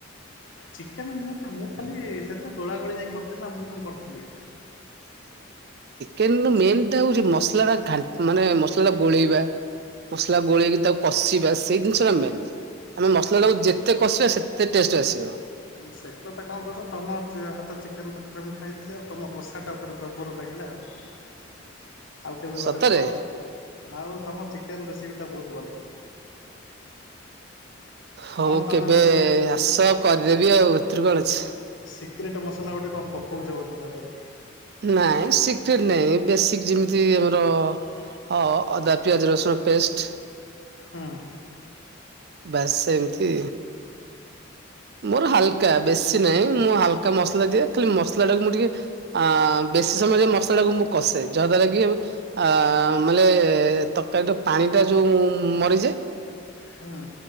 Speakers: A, on the left (about 70°); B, on the right (about 55°).
A: ଚିକେନ ମୁଁ ମୁଁ ଖାଲି ସେଥିରେ ଗୋଳା ଗୋଳି ଯାଇ କରିଥିଲି ନା ଆଉ ମୁଁ କଣ କରିଥିଲି?
B: କିନ୍ତୁ ମେନ୍ ଟା ହଉଛି ମସଲାଟା ମାନେ ମସଲା ଟା ଗୋଳେଇବା। ମସଲା ଗୋଳେଇକି ତାକୁ କଷିବା, ସେଇ ଜିନିଷଟା ମେନ। ଆମେ ମସଲାଟାକୁ ଯେତେ କଷିବା ସେତେ ଟେଷ୍ଟ ଆସିବ।
A: ସେ କଥା କଣ କହୁଛ ତମ ହାତ ଚିକେନ ତ ଥରେ ମୁଁ ଖାଇଥିଲି ଆଉ ତମ କଷାଟା ପୁରା ଜବର ଲାଗେ। ଥିଲା ଆ ଆଉ କେବେ
B: ସତରେ।
A: ଗୋଟେ କର। ଆଉ ତମ କେନ୍ ରେସିପି ଟା ବହୁତ ଭଲ।
B: ହଉ
A: କଣ ତମେ
B: କେବେ
A: ମାନେ
B: ଆସ କରିଦେବି ଆଉ ଏଥିରୁ କଣ ଅଛି।
A: ସିକ୍ରେଟ୍ ମସଲା ଗୋଟେ କଣ ପକଉଚ ବୋଧେ ତା ଦେହରେ?
B: ନାଇଁ ସିକ୍ରେଟ୍ ନାଇଁ ଏଇ ବେସିକ୍ ଯେମିତି ଆମର ହଁ ଅଦା ପିଆଜ ରସୁଣ ପେଷ୍ଟ।
A: ହଁ।
B: ବାସ୍ ସେମତି। ମୋର ହାଲକା ବେଶୀ ନାହିଁ। ମୁଁ ହାଲକା ମସଲା ଦିଏ। ଖାଲି ମସଲାଟାକୁ ମୁଁ ଟିକେ ଆ, ଆଁ, ବେଶୀ ସମୟ ଯାଏ ମସଲାକୁ ମୁଁ କଷେ। ଯାହା ଦ୍ବାରା କି ମୁଁ ଆ, ମାନେ ତରକାରୀର ପା ପାଣି ଟା ଯୋଉ ମରିଯାଏ।
A: ହୁଁ